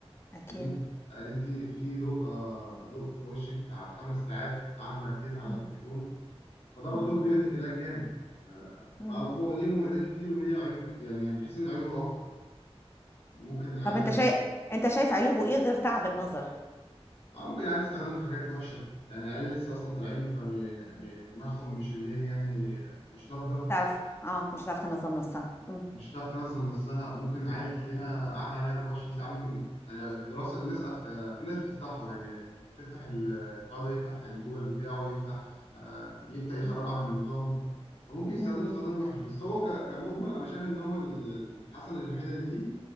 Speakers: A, on the left (about 25°); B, on the left (about 70°).
A: أكيد
B: ان انت ان انت في ضوء آه، ضوء في وشك بتاع خمس ساعات قاعده مركزه على
A: مم.
B: التليفون فده برضه
A: مم.
B: بيرهق العين جامد آه،
A: مم.
B: فهو ليه مميزات كتير وليه عيوب ك- يعني بحس ان عيوبه اكتر ممكن العيال
A: طب أنت شايف أنت شايف عيوبه إيه غير تعب النظر؟
B: آه، ممكن العيال تستخدمه في حاجات وحشه يعني العيال لسه اصلا طالعين فدماغهم مش اللي هي يعني مش ناضجه
A: تعرف أه مش هتعرف تنظم نصها مم.
B: مش هتعرف تنظم نفسها ممكن عيل ليها قاعدة عليه 24 ساعة ممكن يعني الدراسة الناس أف... آه، في ناس بتفتحه يعني بتفتح ال- الحوار ده يفتح الجوجل بتاعه يفتح آه، يفتح يخرجه
A: مم.
B: عن النظام فممكن يستخدمه
A: مم.
B: استخدام وحش بس هو ك... كمجمل أنا شايف إن هو ال- الحسن الوحيد اللي فيه